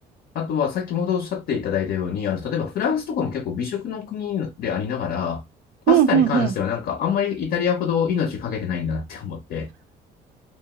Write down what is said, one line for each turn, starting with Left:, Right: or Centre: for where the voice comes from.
Left: あとは、先ほどおっしゃっていただいたように、あの、例えばフランスとかも結構美食の国でありながら、パスタに関してはなんかあんまりイタリアほど命かけてないんだなって思って。
Right: うん、うん、うん。